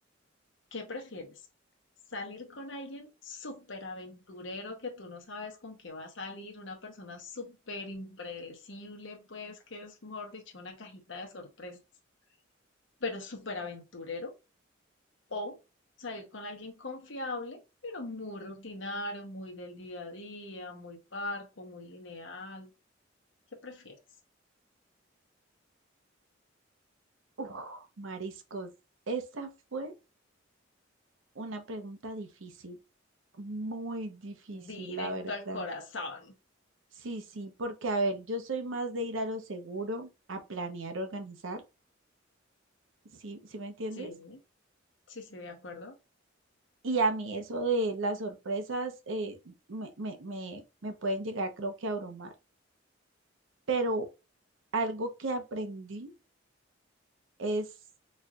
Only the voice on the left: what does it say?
¿Qué prefieres? ¿Salir con alguien súper aventurero que tú no sabes con qué va a salir? Una persona súper impredecible, pues que es, mejor dicho, una cajita de sorpresas, pero súper aventurero. O salir con alguien confiable, pero muy rutinario, muy del día a día, muy parco, muy lineal. ¿Qué prefieres?
Directo
al corazón.
Sí, sí, sí, de acuerdo.